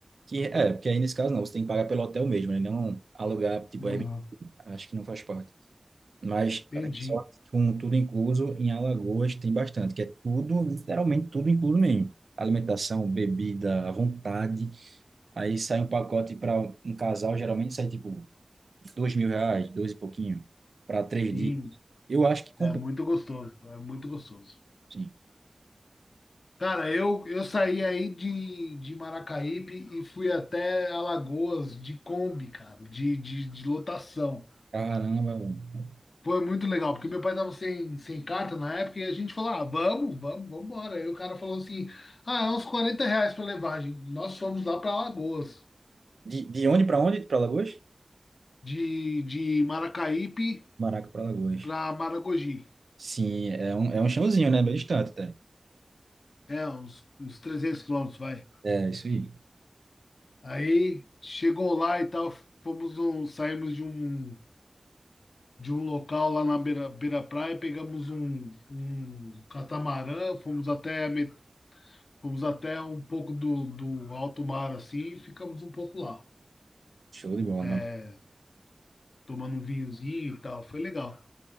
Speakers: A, on the right; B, on the left.
A: que é, porque aí nesse caso não, você tem que pagar pelo hotel mesmo, né? Não alugar, tipo,
B: Uhum.
A: Airbnb, acho que não faz parte. Mas
B: Entendi.
A: é, só com tudo incluso em Alagoas tem bastante, que é tudo, literalmente tudo incluso mesmo. Alimentação, bebida, à vontade. Aí sai um pacote para um casal, geralmente sai tipo dois mil reais, dois e pouquinho, para três
B: Sim.
A: dias. Eu acho que compensa.
B: É muito gostoso, é muito gostoso.
A: sim.
B: Cara, eu, eu saí aí de, de Maracaípe e fui até Alagoas de Kombi, cara, de, de, de lotação.
A: Caramba, velho.
B: Foi muito legal, porque meu pai tava sem, sem carta na época e a gente falou, ah, vamos, vamos, vamos embora. Aí o cara falou assim, ah, é uns 40 reais pra levagem. Nós fomos lá pra Alagoas,
A: De, de onde pra onde? Pra Lagoas?
B: de, de Maracaípe
A: Maraca pra Lagoas.
B: pra Maragogi.
A: Sim, é um, é um chãozinho, né? Bem distante, até.
B: É, uns, uns 300 quilômetros, vai.
A: É, isso aí.
B: Aí chegou lá e tal, fomos num, saímos de um de um local lá na beira, beira praia, pegamos um, um catamarã, fomos até, a met- fomos até um pouco do, do alto mar assim e ficamos um pouco lá,
A: Show de bola,
B: é,
A: meu.
B: tomando um vinhozinho e tal. Foi legal.